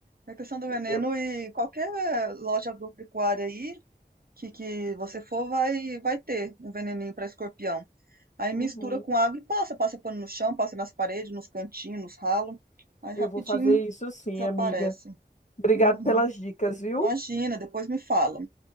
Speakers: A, on the right (about 60°); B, on the left (about 45°).
A: A questão do veneno
B: Eu,
A: e qualquer eh, loja agropecuária aí que, que você for vai, vai ter um veneninho para escorpião. Aí
B: Uhum.
A: mistura com água e passa, passa pano no chão, passa nas paredes, nos cantinhos, nos ralos. Aí
B: Eu
A: rapidinho
B: vou fazer isso sim,
A: desaparece.
B: amiga. Obrigado
A: Uhum.
B: pelas dicas, viu?
A: Imagina, depois me fala.